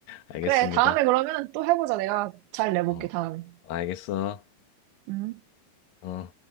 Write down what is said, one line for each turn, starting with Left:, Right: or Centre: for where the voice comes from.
Left: 알겠습니다.
Right: 그래, 다음에 그러면 또 해보자. 내가 잘 내볼게,
Left: 어,
Right: 다음에.
Left: 알겠어.
Right: 음.
Left: 어.